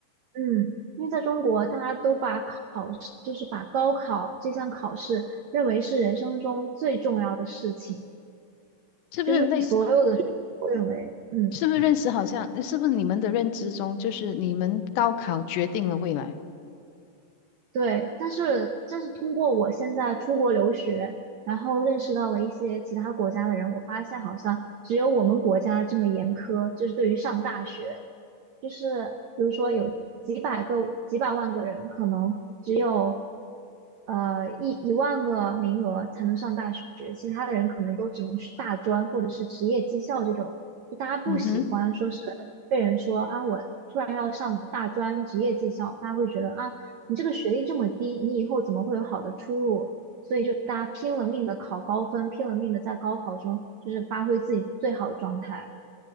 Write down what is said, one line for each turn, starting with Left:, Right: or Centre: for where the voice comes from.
Right: 嗯，因为在中国大家都把考试，就是把高考这项考试认为是人生中最重要的事情，
Left: 是不是类似？
Right: 就是所认为，嗯。
Left: 是不是认识好像？是不是你们的认知中，就是你们高考决定了未来？
Right: 对，但是但是通过我现在出国留学，然后认识到了一些其他国家的人，我发现好像只有我们国家这么严苛，就是对于上大学，就是比如说有几百个、几百万个人，可能只有呃一一万个名额才能上大学，其他的人可能都只能去大专或者是职业技校这种，就大家不喜欢说是
Left: 嗯哼。
Right: 被人说啊稳。大专职业技校，大家会觉得啊，你这个学历这么低，你以后怎么会有好的出路？所以就大家拼了命的考高分，拼了命的在高考中就是发挥自己最好的状态。